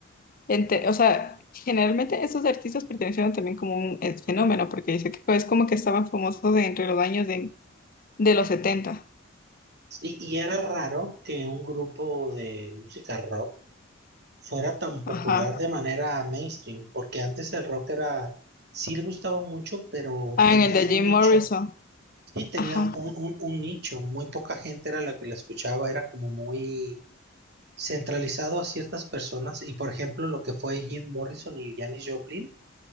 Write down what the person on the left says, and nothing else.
Ente- o sea, generalmente esos artistas pertenecieron también como un eh, fenómeno, porque dice que es como que estaban famosos de entre los años de, de los setenta.
Ajá.
Ah,
en el de
Jim
Morrison.
Ajá.